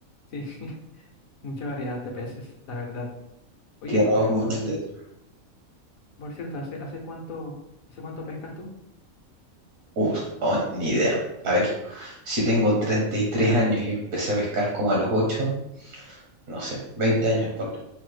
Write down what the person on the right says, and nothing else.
Tierra
bomba en
un yate.
Uf, no, ni idea. A ver, si tengo 33 años y empecé a pescar como a los 8 no sé, 20 años, por